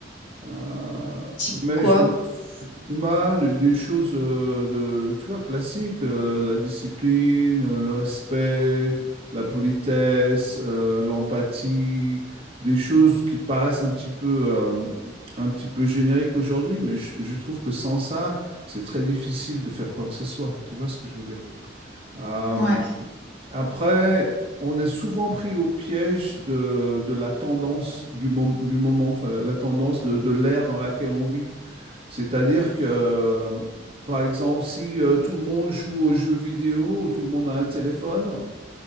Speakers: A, on the right; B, on the left.
A: euh,
B: Type
A: mais
B: quoi?
A: je suis mal des des choses euh, de, tu vois, classiques, euh, la discipline, euh, le respect, la politesse, euh, l'empathie, des choses qui paraissent un petit peu, euh, un petit peu génériques aujourd'hui, mais je, je trouve que sans ça, c'est très difficile de faire quoi que ce soit. Tu vois ce que je veux dire? Euh,
B: Ouais.
A: après, on est souvent pris au piège de, de la tendance du, mom- du moment, enfin, la, la tendance de, de l'ère dans laquelle on vit. C'est-à-dire que, euh, par exemple, si euh, tout le monde joue aux jeux vidéo, ou tout le monde a un téléphone,